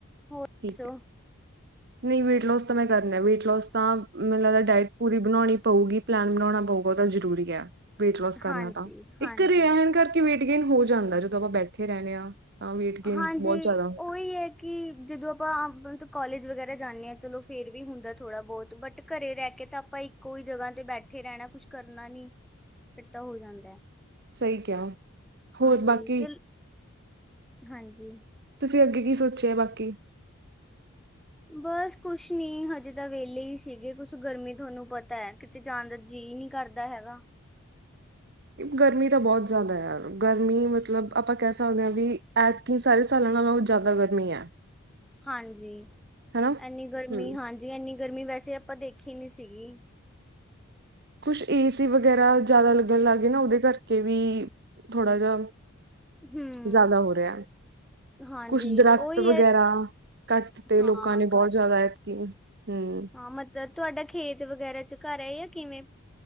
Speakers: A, in the centre; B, on the right.
A: ਹੋਰ ਦੱਸੋ
B: ਠੀਕ ਹੈ ਨਹੀਂ ਵੇਟ ਲੋੋਸ ਤਾਂ ਮੈਂ ਕਰਨਾ ਵੇਟ ਲੋਸ ਤਾਂ ਮੈਨੂੰੱ ਲਗਦਾ ਡਾਇਟ ਪੂਰੀ ਬਣਾਉਣੀ ਪਊਗੀ, ਪਲੈਨ ਬਣਾਉਣਾ ਪਊਗਾ ਉਹ ਤਾਂ ਜ਼ਰੂਰੀ ਹੈ ਵੇਟ ਲੋਸ
A: ਹਾਂਜੀ
B: ਕਰਨਾ ਤਾਂ
A: ਹਾਂਜੀ
B: ਇੱਕ ਘਰੇ ਰਹਿਣ ਕਰਕੇ ਵੇਟ ਲੇਕਿਨ ਹੋ ਜਾਂਦਾ ਜਦੋਂ ਆਪਾਂ ਬੈਠੇ ਰਹਿੰਦੇ ਹਾਂ ਤਾਂ ਵੇਟ ਗੇਨ
A: ਹਾਂਜੀ
B: ਬਹੁਤ ਜ਼ਿਆਦਾ ਹੁੰਦਾ
A: ਉਹੀ ਹੈ ਕਿ ਜਦੋਂ ਆਪਾਂ ਮਤਲਬ ਕਾਲੇਜ ਵਗੈਰਾ ਜਾਂਦੇ ਹਾਂ ਚਲੋ ਫਿਰ ਵੀ ਹੁੰਦਾ ਥੋੜ੍ਹਾ ਬਹੁਤ ਬਟ ਘਰ ਰਹਿ ਕੇ ਤਾਂ ਆਪਾਂ ਇੱਕੋ ਹੀ ਜਗ੍ਹਾ 'ਤੇ ਬੈਠੇ ਰਹਿਣਾ। ਕੁਛ ਕਰਨਾ ਨੀ ਫਿਰ ਤਾਂ ਹੋ ਜਾਂਦਾ ਹੈ
B: ਸਹੀ ਕਿਹਾ ਹੋਰ
A: ਹਾਂਜੀ
B: ਬਾਕੀ
A: ਚਲ ਹਾਂਜੀ
B: ਤੁਸੀਂ ਅੱਗੇ ਕੀ ਸੋਚਿਆ ਬਾਕੀ
A: ਬਸ ਕੁਛ ਨੀ ਹਜੇ ਤਾਂ ਵਿਹਲੇ ਹੀ ਸੀਗੇ ਕੁਛ ਗਰਮੀ ਤੁਹਾਨੂੰ ਪਤਾ ਹੈ ਕਿਤੇ ਜਾਣ ਦਾ ਜੀਅ ਨਹੀਂ ਕਰਦਾ ਹੈਗਾ
B: ਗਰਮੀ ਤਾਂ ਬਹੁਤ ਜ਼ਿਆਦਾ ਹੈਾ ਯਾਰ ਗਰਮੀ ਮਤਲਬ ਆਪਾਂ ਕਹਿ ਸਕਦੇ ਹਾਂ ਵੀ ਐਤਕੀ ਸਾਰੇ ਸਾਲਾਂ ਨਾਲੋਂ ਜ਼ਿਆਦਾ ਗਰਮੀ ਹੈ
A: ਹਾਂਜੀ
B: ਹਨਾ
A: ਇਨੀ ਗਰਮੀ
B: ਹਮ
A: ਹਾਂਜੀ ਇੰਨੀ ਗਰਮੀ ਵੈਸੇ ਆਪਾਂ ਦੇਖੀ ਨੀ ਸੀਗੀ
B: ਕੁਛ ਏ ਸੀ ਵਗੈਰਾ ਜ਼ਿਆਦਾ ਲੱਗਣ ਲੱਗ ਗਏ ਨਾ ਉਹਦੇ ਕਰਕੇ ਵੀ ਥੋੜ੍ਹਾ ਜਿਹਾ।
A: ਹੂੰ
B: ਜ਼ਿਆਦਾ ਹੋ ਰਿਹਾ
A: ਹਾਂਜੀ
B: ਕੁਛ ਦਰਖਤ
A: ਉਹੀ
B: ਵਗੈਰਾ
A: ਹੈ
B: ਕੱਟ ਤੇ
A: ਹਾਂ
B: ਲੋਕਾਂ ਨੇ ਬਹੁਤ
A: ਘੱਟ
B: ਜ਼ਿਆਦਾ ਐਤਕੀ, ਹਮ।
A: ਹਾਂ ਮਤਲਬ ਤੁਹਾਡਾ ਖੇਤ ਵਗੈਰਾ ਚ ਘਰ ਹੈ ਜਾਂ ਕਿਵੇਂ?